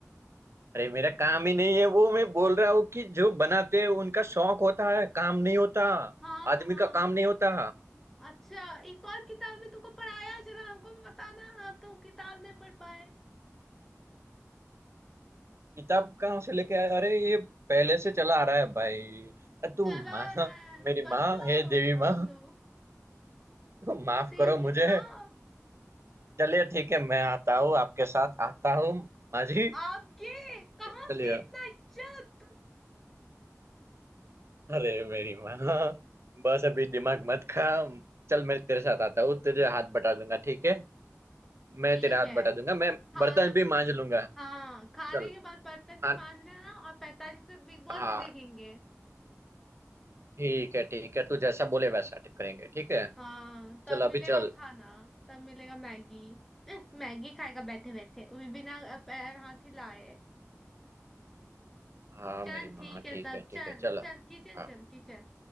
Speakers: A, on the right; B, in the centre.
A: अरे मेरा काम ही नहीं है वो मैं बोल रहा हूँ कि जो बनाते हैं उनका शौक होता है काम नहीं होता
B: हाँ
A: आदमी
B: हाँ
A: का काम नहीं होता
B: अच्छा ये कौन किताब में तुमको पढ़ाया जरा हमको भी बताना हम तो किताब नहीं पढ़ पाए
A: किताब कहाँ से लेके आया अरे ये पहले से चला आ रहा है भाई अ, तू
B: चला
A: माँ
B: रहा है
A: मेरी
B: बदलो
A: माँ हे देवी
B: बदलो
A: माँ तो माफ
B: देवी
A: करो मुझे
B: माँ
A: चलिए ठीक है मैं आता हूँ आपके साथ आता हूँ माँ जी
B: आपके कहाँ
A: चलिए
B: से इतना इज्जत
A: अरे मेरी माँ बस अभी दिमाग मत खा चल मैं तेरे साथ आता हूँ तेरे हाथ बटा दूंगा ठीक है मैं
B: ठीक
A: तेरे हाथ
B: है
A: बटा दूंगा मैं
B: हाँ
A: बर्तन भी मांज लूंगा
B: हाँ खाने
A: चल
B: के बाद बर्तन भी
A: हाँ
B: मांज लेना और पैतालीस तक बिग बॉस
A: हाँ
B: भी देखेंगे
A: ठीक है ठीक है तू जैसा बोले वैसा करेंगे ठीक है
B: हाँ तब
A: चल
B: मिलेगा
A: अभी चल
B: खाना तब मिलेगा मैगी अह, मैगी खाएगा बैठे बैठे वो भी बिना अ, पैर हाथ हिलाए
A: हाँ
B: चल
A: मेरी माँ
B: ठीक है
A: ठीक
B: तब
A: है ठीक
B: चल
A: है चल
B: चल किचन
A: हाँ
B: चल किचन